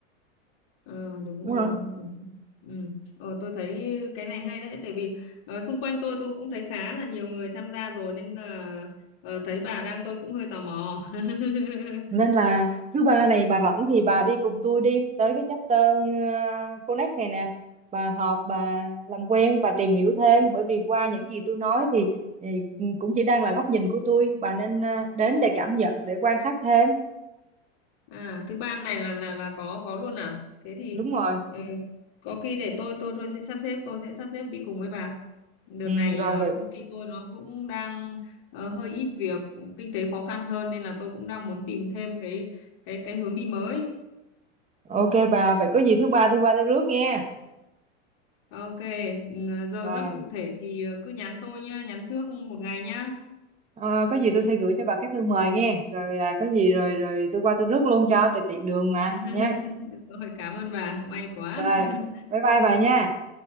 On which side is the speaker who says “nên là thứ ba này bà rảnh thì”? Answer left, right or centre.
Right